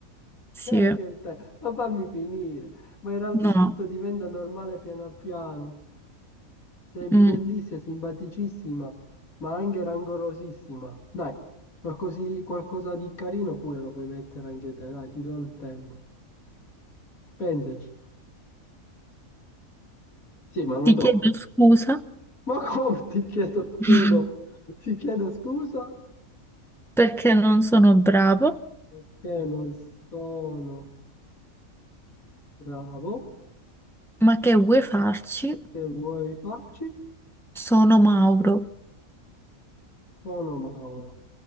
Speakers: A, in the centre; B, on the left.
A: Sì,
B: E anche il tè, ma fammi finire. Ma in realtà
A: no.
B: tutto diventa normale piano piano. Sei bellissima,
A: Mm.
B: simpaticissima, ma anche rangorosissima. Dai, qualcosi- qualcosa di carino pure lo puoi mettere anche te, dai, ti do il tempo. Pensaci. Sì, ma non
A: Ti
B: troppo.
A: chiedo scusa
B: Ma come ti chiedo, chiedo,
A: <laughs>
B: ti chiedo scusa
A: perché non sono bravo,
B: perché non sono bravo.
A: ma che vuoi farci?
B: Che vuoi farci?
A: Sono Mauro.
B: Sono Mauro.